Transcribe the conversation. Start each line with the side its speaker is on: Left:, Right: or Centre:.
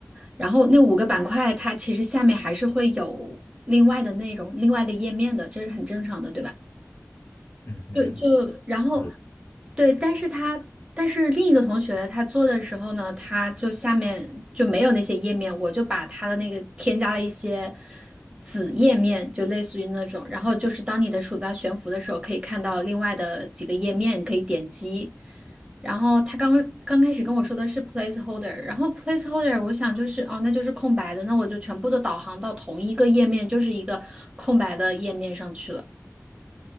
Right: 然后那五个板块它其实下面还是会有另外的内容、另外的页面的，这是很正常的，对吧？
Left: 嗯哼，
Right: 就就然后，
Left: 是
Right: 对，但是他但是另一个同学他做的时候呢，他就下面就没有那些页面，我就把他的那个添加了一些子页面，就类似于那种，然后就是当你的鼠标悬浮的时候，可以看到另外的几个页面可以点击。然后他刚刚开始跟我说的是 placeholder，然后 placeholder 我想就是哦，那就是空白的，那我就全部都导航到同一个页面，就是一个空白的页面上去了。